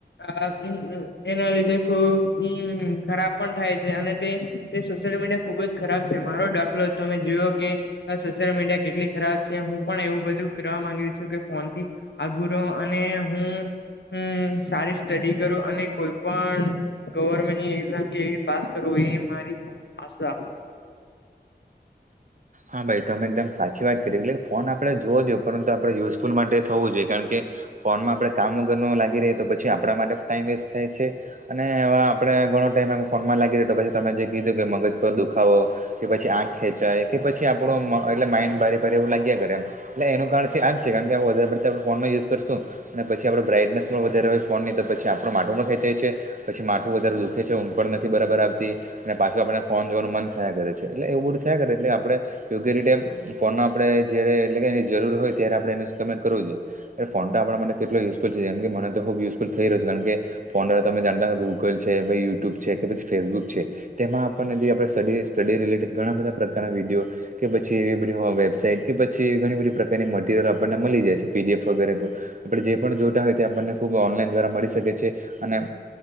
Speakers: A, on the left (about 85°); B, on the right (about 45°).
A: અ એના લીધે ખુબ હમ ખરાબ પણ થાય છે અને તે તે સોશિયલ મીડિયા ખુબ જ ખરાબ છે, મારો દાખલો તમે જોઓ કે આ સોશિયલ મીડિયા કેટલી ખરાબ છે હું પણ એવું બધું કરવા માંગુ છું કે ફોનથી આઘુ રહુ અને હું હુ સારી સ્ટડી કરું અને કોઈ પણ ગવર્મેન્ટની એક્ઝામ કેવી પાસ કરવો એ મારી આશા.
B: હા ભાઈ તમે એકદમ સાચી વાત કરી એટલે ફોન આપણે જોવો જોઈએ પરંતુ આપણે યુઝફુલ માટે થવું જોઈએ, કારણ કે ફોનમાં આપણે કામ વગરનું લાગી રહી તો પછી આપણા માટે પણ ટાઈમ વેસ્ટ થાય છે. અને એવા આપડે ઘણો ટાઈમ એ ફોનમાં લાગી રહ્યો પછી તમે જે કીધું કે મગજ પર દુખાવો. કે પછી આંખ ખેંચાય કે પછી આપણું એટલે માઇન્ડ ભારે ભારે એવું લાગ્યા કરે એમ. એટલે એનું કારણ છે આજ છે કારણ કે વધારે પડતું આપ ફોન નો યુઝ કરશું. અને પછી આપડો બ્રાઇટનેસ પણ વધારે હોય ફોન ની તો પછી આપણો માટું પણ ખંચાય છે. પછી માથું વધારે દુખે છે ઊંગ પણ નથી બરાબર આવતી. અને પાછું આપડને ફોન જોવાનું મ થયા કરે છે એટલે એવું બધું થયા કરે એટ આપ, યોગ્ય રીતે ફોન ન આપડે જયારે એટલે જરૂરી હોય ત્યારે આપડણેમેન્ટ કરવું જોઈએ. એ ફોન તો આપણા માટે કેટલો ઝફુલ છે જેમ કે મને ખૂબ યુઝફુલ થઈ રહ્યું છે કારણ કે ફોન દ્વારા તમે જાણતા હો ગૂગલ છે પછી યુટ્યુબ છે કે પછી ફેસબુક છે. તેમાં આપણનેજી આપણે સ્ટ સ્ટડી રિલેટેડ ઘણા બધા પ્રકારના વિડીયો. કે પછી એવી બધી વેબસાઇટ કે પછી એવી ઘણી બધી પ્રકારની મટીરિયલ આપણને મળી જાય છે પીડીએફ વગેરે. આપણે જે પણ જોતા હોય તે આપણને ખુબ ઓનલાઈન દ્વારા મળી શકે છે, અને